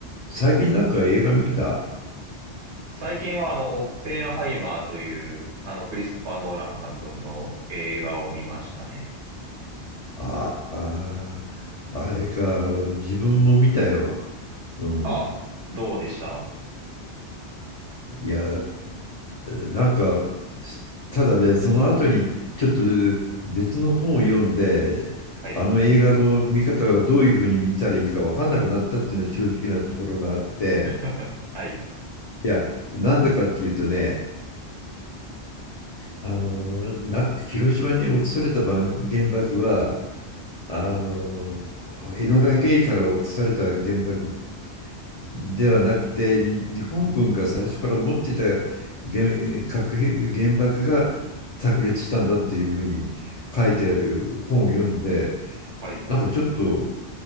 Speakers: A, on the left (about 50°); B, on the right (about 80°).
A: 最近なんか映画見た
B: 最近は、あの、オッペンハイマーという、あの、クリストファー・ノーラン監督の映画を見ましたね。
A: ああ、あれか、自分も見たよ。うん。
B: あ、どうでした
A: いや、なんか、ただね、その後にちょっと別の本を読んで、
B: はい。
A: あの映画の見方はどういうふうに見たらいいか分かんなくなったっていうのは正直なところがあって、
B: <laughs> はい。
A: いや、なんでかっていうとね、あの、な、広島に落とされたばん原爆は、あの、エノラ・ゲイから落とされた原爆ではなくて、に日本軍が最初から持っていた原、核兵原爆が炸裂したんだっていうふうに書いてある本を読んで、
B: はい。
A: なんかちょっと、